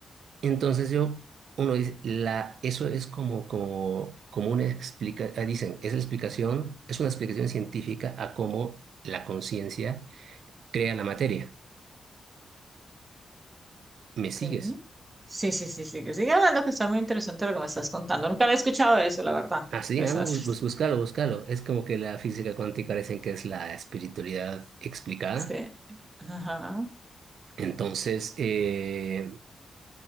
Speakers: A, on the right (about 80°); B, on the right (about 25°).
A: Entonces yo, uno dice, la, eso es como, como, como una explicación, dicen, es la explicación, es una explicación científica a cómo la conciencia crea la materia. ¿Me
B: Ok.
A: sigues?
B: Sí, sí, sí, sí. que Sigue hablando que está muy interesante lo que me estás contando. Nunca había escuchado eso, la verdad.
A: Así,
B: Esas-
A: ah, no, bú- bú- búscalo, búscalo. Es como que la física cuántica dicen que es la espiritualidad explicada.
B: Sí. Ajá.
A: Entonces, eh,